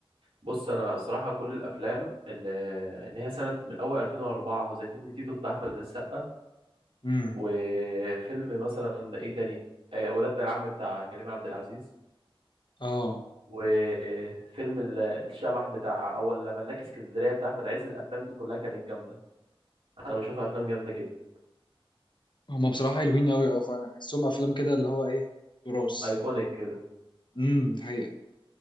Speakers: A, on the right; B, on the left.
A: بص انا صراحة كل الافلام اللي اللي هي سنة من اول 2004 زي فيلم تيتو بتاع احمد السقا
B: امم
A: وفيلم مثلا ايه تاني آه، ولاد العم بتاع كريم عبد العزيز
B: اه
A: وفيلم ال- الشبح بتاع اول ملاك اسكندرية بتاع احمد عز الافلام دي كلها كانت جامدة انا بشوفها افلام جامدة جدا
B: هم بصراحه حلوين قوي اه فانا بحسهم افلام كده اللي هو ايه تراث
A: ايكونيك كده
B: امم دي حقيقه